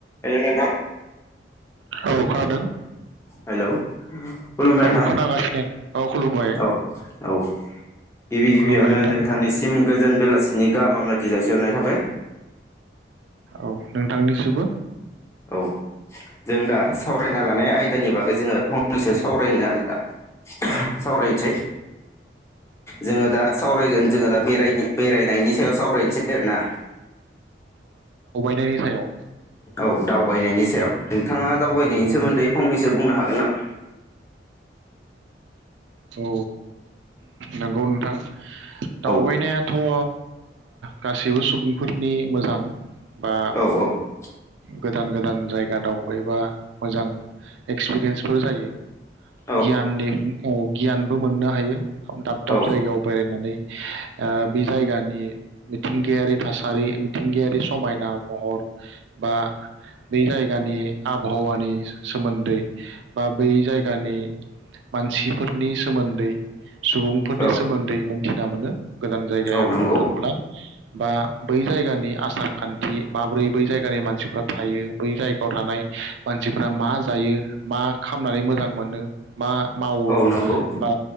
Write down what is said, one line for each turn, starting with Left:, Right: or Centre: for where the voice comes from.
Left: Hello नोंथां।
Right: औ खोनादों
Left: हेलौ खुलुमबाय
Right: औ
Left: नोंथां
Right: खोनागासिनो औ खुलुमबाय
Left: औ औ गिबि गिबियावनो
Right: खुलुमबाय नोंथां
Left: नोंथांनिसिम गोजोन बेलासिनि गाहाम हामलायथि जासिहरनाय जाबाय
Right: औ नोंथांनिसिबो
Left: औ जों दा सावरायना लानाय आयदानि बागै जोङो फं नैसो सावरायनो <unintelligible> सावरायनसै जोङो दा सावरायगोन जोङो दा बेरायनि बेरायनायनि सायाव सावरायनसै आरोना
Right: नि सायाव
Left: औ दावबायनायनि सायाव नोंथाङा दावबायनायनि
Right: नंगौ
Left: सोमोन्दै फंनैसो बुंनो हागोन नामा <inaudible>
Right: औ नंगौ नोंथां दावबायनायाथ
Left: औ
Right: ओ गासैबो सुबुंफोरनि मोजां बा
Left: औ औ
Right: गोदान गोदान जायगा दावबायबा मोजां एक्सपिरियेन्स <unintelligible> जायो
Left: औ
Right: गियाननि गियानबो मोननो हायो दाब दाब
Left: औ
Right: जायगायाव बेरायनानै बे जायगानि मिथिंगायारि थासारि मिथिंगायारि समायना महर बा बे जाय गानि आबहावानि सोमोन्दै बा बै जायगानि मान सिफोरनि सोमोन दै सुबुंफोरनि
Left: औ
Right: सोमोन्दै मोन <unintelligible> मोनो गोदान जायगायाव
Left: औ नंगौ
Right: थांब्ला बा बै जायगानि आसार खान्थि माब्रै बै जायगानि मानसिफ्रा थायो बै जायगायाव थानाय मानसिफ्रा मा जायो मा खामनानै मोजां मोनो मा मावो
Left: औ नंगौ
Right: बा